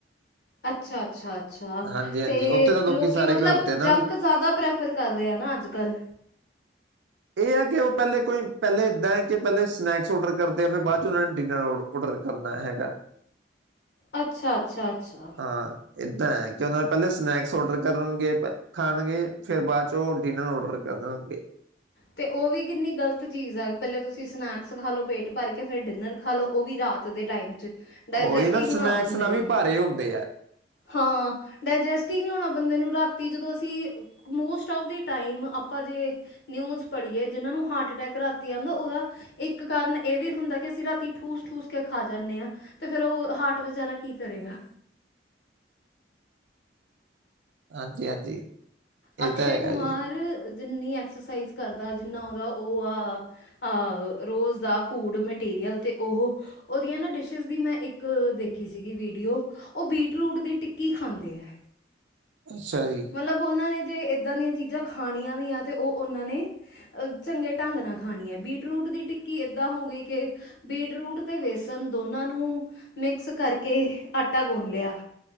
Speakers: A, on the left; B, on the right.
A: ਅੱਛਾ-ਅੱਛਾ, ਅੱਛਾ
B: ਹਾਂਜੀ-ਹਾਂਜੀ
A: ਤੇ
B: ਉੱਥੇ ਤਾਂ
A: ਲੋਕੀ
B: ਸਾਰੇ
A: ਮਤਲਬ
B: ਕਰਦੇ ਆ ਨਾ।
A: ਜੰਕ ਜ਼ਿਆਦਾ ਪ੍ਰੈਫ- ਫਰ ਕਰ ਰਿਹਾ ਆ ਨਾ, ਅੱਜ ਕੱਲ।
B: ਇਹ ਹੈ ਕਿ ਉਹ, ਪਹਿਲੇ ਕੋਈ ਪਹਿਲੇ ਇੱਦਾਂ ਹੈ ਕਿ ਪਹਿਲੇ ਸਨੈਕਸ ਔਰਡਰ ਕਰਦੇ ਆ। ਫੇਰ ਬਾਅਦ ਚ ਉਹਨਾਂ ਨੇ ਡਿਨਰ ਆਰਡਰ ਕ- ਔਡਰ ਕਰਦਾ ਏ ਹੈਗਾ।
A: ਅੱਛਾ-ਅੱਛਾ, ਅੱਛਾ।
B: ਹਾਂ ਏਦਾ ਹੈ ਕਿ, ਉਹਨਾਂ ਨੇ ਪਹਿਲੇ ਸਨੈਕਸ ਔਡਰ ਕਰਨਗੇ। ਖਾਣਗੇ ਫੇਰ ਬਾਅਦ ਚੋ ਉਹ ਡਿਨਰ ਔਡਰ ਕਰਾਗੇ।
A: ਤੇ ਉਹ ਵੀ ਕਿੰਨੀ ਗ਼ਲਤ ਚੀਜ਼ ਆ। ਪਹਿਲੇ ਤੁਸੀਂ ਸਨੈਕਸ ਖਾ ਲਓ, ਪੇਟ ਭਰ ਕੇ ਫੇਰ ਡਿਨਰ, ਖਾ ਲੋ ਉਹ ਵੀ ਰਾਤ ਦੇ ਟਾਈਮ ਚ। ਡਾਇਜੈਸਟ
B: ਉਹੀ ਨਾ,
A: ਹੀ ਨਹੀਂ
B: ਸਨੈਕਸ
A: ਹੋਣਾ ਬੰਦੇ
B: ਨਾਲ
A: ਨੂੰ
B: ਵੀ ਭਾਰੇ ਹੁੰਦੇ ਆ।
A: ਹਾਂ ਡਾਇਜੈਸਟ ਹੀ ਨਹੀ ਹੋਣਾ ਬੰਦੇ ਨੂੰ, ਰਾਤੀ ਜਦੋਂ ਅਸੀਂ ਮੋਸਟ ਆਫ ਦੀ ਟਾਈਮ ਆਪਾਂ ਜੇ, ਨਿਊਜ਼ ਪੜੀਏ ਜਿਹਨਾਂ ਨੂੰ ਹਾਰਟ ਅਟੈਕ ਰਾਤੀ ਆਉਂਦਾ। ਉਹਦਾ, ਇੱਕ ਕਾਰਨ ਇਹ ਵੀ ਹੁੰਦਾ ਕਿ ਅਸੀਂ, ਰਾਤੀ ਠੂਸ- ਠੂਸ ਕੇ ਖਾ ਜਾਂਦੇ ਹਾਂ। ਤੇ ਫੇਰ ਉਹ ਹਾਰਟ ਵਿਚਾਰਾ ਕੀ ਕਰੇਗਾ।
B: ਹਾਂਜੀ- ਹਾਂਜੀ। ਇਹ
A: ਅਕਸ਼ੈ
B: ਤਾਂ ਹੈਗਾ
A: ਕੁਮਾਰ
B: ਜੀ
A: ਜਿੰਨੀ ਐਕਸਰਸਾਈਜ਼ ਕਰਦਾ, ਜਿੰਨਾ ਉਹਦਾ ਉਹ ਆ। ਅ ਰੋਜ਼ ਦਾ ਫੂਡ ਮਟੀਰੀਅਲ ਤੇ ਉਹ, ਉਹਦੀਆਂ ਨਾ ਡਿਸ਼ਿਸ ਦੀ ਮੈਂ, ਇੱਕ ਦੇਖੀ ਸੀਗੀ ਵੀਡੀਓ। ਉਹ ਬੀਟਰੂਟ ਦੀ ਟਿੱਕੀ ਖਾਂਦੇ ਹੈ।
B: ਅੱਛਾ ਜੀ।
A: ਮਤਲਬ ਉਹਨਾਂ ਨੇ ਜੇ ਏਦਾ ਦੀਆਂ ਚੀਜ਼ਾਂ ਖਾਣੀਆਂ ਵੀ ਆ ਤੇ ਉਹ ਉਹਨਾਂ ਨੇ ਨਾ। ਅਹ ਚੰਗੇ ਢੰਗ ਨਾਲ ਖਾਣੀ ਹੈ, ਬੀਟਰੂਟ ਦੀ ਟਿੱਕੀ ਏਦਾਂ ਹੋ ਗਈ ਕਿ। ਬੀਟਰੂਟ ਤੇ ਵੇਸਨ ਦੋਨਾਂ ਨੂੰ, ਮਿਕਸ ਕਰਕੇ ਆਟਾ ਗੁੰਨ ਲਿਆ।